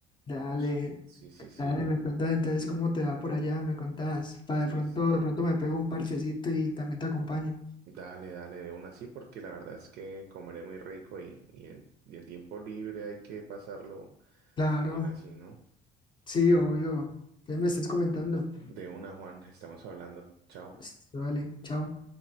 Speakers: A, on the left; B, on the right.
A: Dale,
B: No sé. Sí, sí, sí,
A: dale,
B: eh,
A: me cuentas entonces cómo te va por allá, me contás. Para
B: sí,
A: de pronto,
B: sí.
A: de pronto me pego un parchecito y también te acompaño.
B: Dale, dale, de una sí, porque la verdad es que comeré muy rico y, y el, y el tiempo libre hay que pasarlo
A: Claro,
B: bien así, ¿no?
A: sí, obvio. Entonces me estás comentando.
B: De una, Juan, estamos hablando. Chao.
A: Listo, Dale, chao.